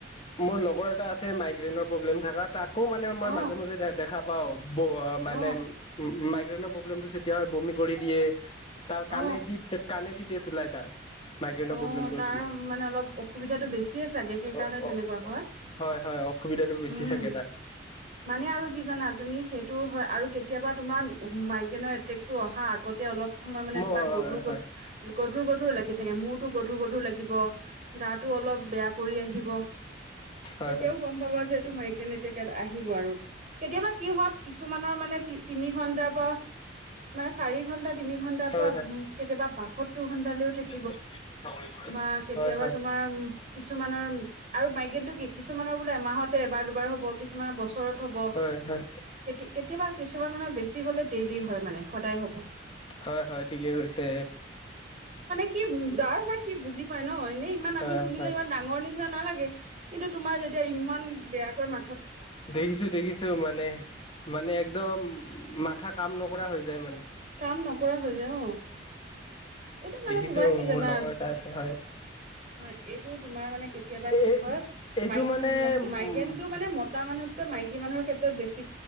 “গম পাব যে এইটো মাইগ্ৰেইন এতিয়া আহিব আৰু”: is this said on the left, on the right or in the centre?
Right